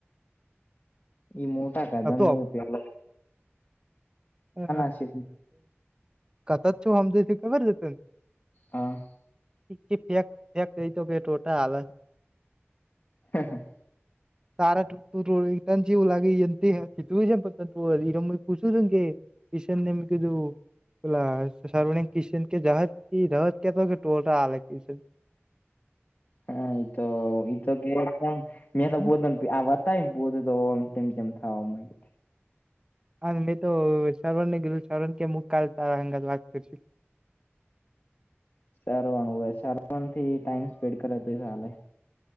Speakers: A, on the left; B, on the right.
A: એ મોટાકા
B: કતો
A: દંધમ ઉપી.
B: હ
A: શ
B: કથચ છું હમજ હતી ખબર જ <unintelligible>
A: આ.
B: કે ફેક, ફેંક રઈ તો, કે ટોટા હાલ.
A: હા, હા.
B: તારા ટો જવ લાગી. કી તું જમપનપરામ કુસદમકેે શન નમકીું <unintelligible> <inaudible> બલા કિશન કે જહદ રદ ક કે ટોલ આલગ કિશન <unintelligible> <inaudible>
A: હા, એ તો એ તો કે. મેં તો પોને આ બતાયને, પોતે તોમ તેમ તેમ થવા મગ.
B: હા, મેં તો શરવણ ને, ગેધું શ્રવણ કે, મુ કાલ તારા હંગાત વા કર છું.
A: સારવાનું હોય, સારવા થી ટાઈમ સ્પેન્ડ કરેલે.